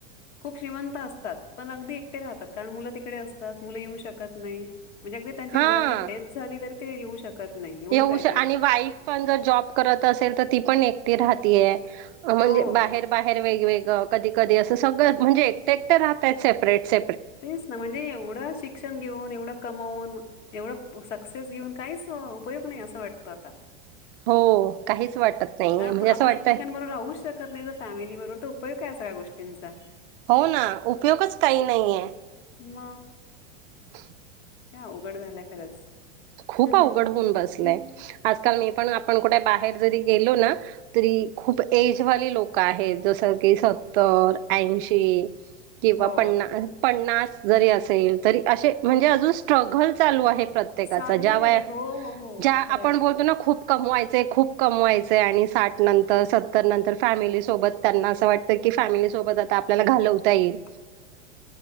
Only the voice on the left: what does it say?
खूप श्रीमंत असतात पण अगदी एकटे राहतात कारण मुलं तिकडे असतात मुलं येऊ शकत नाही. म्हणजे अगदी त्यांची
घरातली डेथ झाली तरी ते येऊ शकत नाही एवढी
ट्रॅ
हो.
तेच ना म्हणजे एवढं शिक्षण घेऊन एवढं कमावून. एवढं सक्सेस घेऊन काहीच उपयोग नाही असं वाटत आता
कारण
आपण
एकमेकांबरोबर राहूच शकत नाही तरर फॅमिली बरोबर तर उपयोग काय आहे सगळ्या गोष्टींचा
<unintelligible>
का उघड झालं खरंच.
हम्म,
हम्म,
हम्म.
हो
चालू
आहे
हो हो हो
खरंय
हम् <inaudible>